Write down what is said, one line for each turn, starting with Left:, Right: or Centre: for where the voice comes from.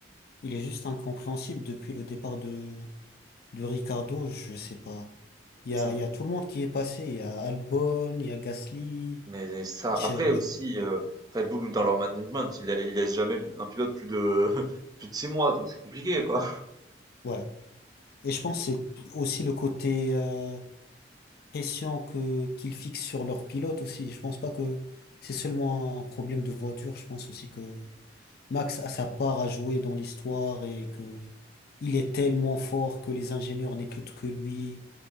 Left: il est juste incompréhensible depuis le départ de de Ricardo, je sais pas. Il y
Right: Ça-
Left: a, il y a tout le monde qui est passé. Il y a Albon, il y a Gasly,
Right: Mais ça,
Left: Sergio.
Right: après aussi, euh, Red Bull, dans leur management, il, la- il laisse jamais un pilote plus de, <laughs> plus de 6 mois, donc c'est compliqué, quoi.
Left: Ouais. Et je pense que c'est aussi le côté euh, pression que qu'ils fixent sur leur pilote aussi. Je pense pas que c'est seulement un problème de voiture. Je pense aussi que Max a sa part à jouer dans l'histoire et que il est tellement fort que les ingénieurs n'écoutent que lui.